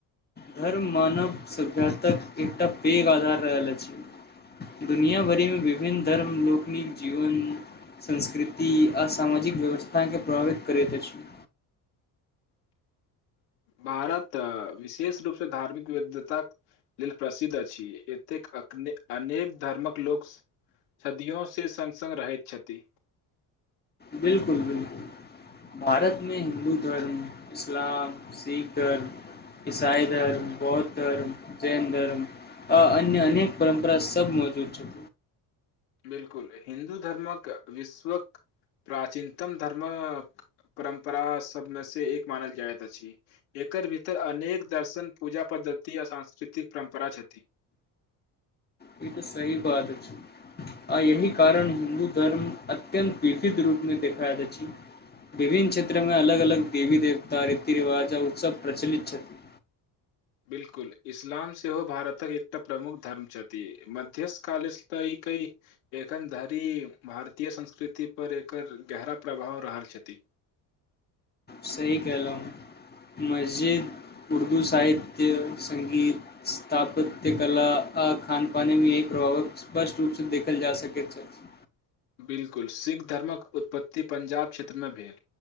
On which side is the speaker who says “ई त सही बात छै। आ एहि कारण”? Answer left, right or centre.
Left